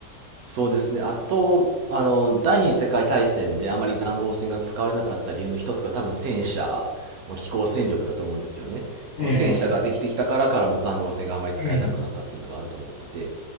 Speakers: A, on the right (about 70°); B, on the left (about 45°).
A: そうですね。あと、あの、第二次世界大戦であまり塹壕戦が使われなかった理由の一つが多分戦車、まあ、機甲戦力だと思うんですよね。
B: ええ
A: こう戦車ができてきたからからも塹壕戦があまり使えなくなったっていうのがあると思ってて、
B: ええ